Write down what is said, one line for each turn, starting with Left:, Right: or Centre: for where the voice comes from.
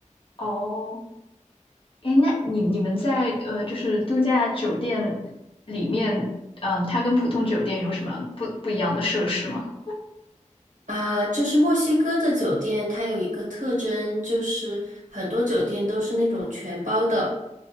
Left: 哦，哎，那你你们在呃，就是度假酒店里面，嗯，它跟普通酒店有什么不不一样的设施吗？
Right: 啊，就是墨西哥的酒店，它有一个特征，就是很多酒店都是那种全包的，